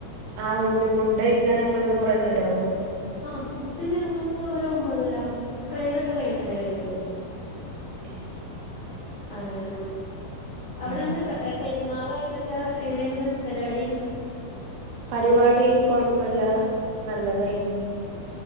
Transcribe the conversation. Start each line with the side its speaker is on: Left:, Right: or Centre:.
Right: ആഹ് കുടിച്ച് ഫുഡ് കഴിക്കാറാവുമ്പഴ്ത്തെ കുറേ നേരാവും
Left: ആഹ് ഫുഡ് ഞങ്ങള് ഒരു ഒമ്പതര പ്രയർ ഒക്കെ കഴിഞ്ഞിട്ടല്ലേ കഴിക്കയുള്ളൂ
Right: ഏയ്
Left: അങ്ങനെ അവിടെന്ത്‌
Right: ആഹ്
Left: <unintelligible> പേരുന്നാളായിട്ടൊക്കെ എങ്ങനെയായിരുന്നു പരിപാടി
Right: പരുപാടി കൊഴപ്പമില്ല നല്ലതായിരുന്നു